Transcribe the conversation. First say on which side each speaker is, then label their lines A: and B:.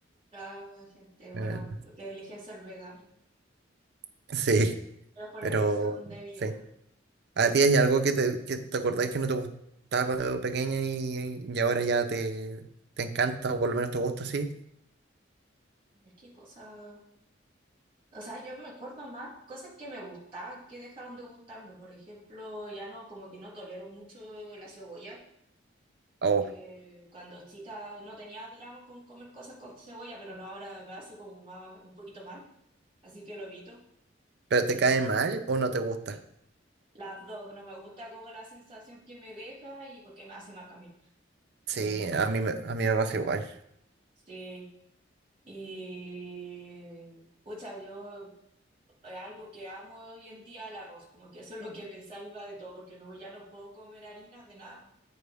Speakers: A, on the right; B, on the right.
A: Claro, hay gente,
B: eh,
A: bueno, que elige ser vegano,
B: <laughs> sí.
A: pero por
B: Pero
A: elección de vida.
B: sí, ¿a ti hay algo que te, que te acordáis que no te gustaba cuando pequeña y, y ahora ya te, te encanta o por lo menos te gusta así?
A: A ver qué cosas... O sea, yo me acuerdo más cosas que me gustaban que dejaron de gustarme. Por ejemplo, ya no, como que no tolero mucho la cebolla.
B: O,
A: Eh, cuando chica no tenía drama con comer cosas con cebolla, pero no, ahora me hace como más, un poquito mal, así que lo evito.
B: ¿pero te
A: Eh,
B: cae mal o no te gusta?
A: las dos, no me gusta como la sensación que me deja y porque me hace mal también.
B: Sí,
A: Eh,
B: a mí, me- a mí me pasa igual.
A: sí, y pucha, yo eh, algo que amo hoy en día el arroz, como que eso es lo que me salva de todo, porque no, ya no puedo comer harinas de nada.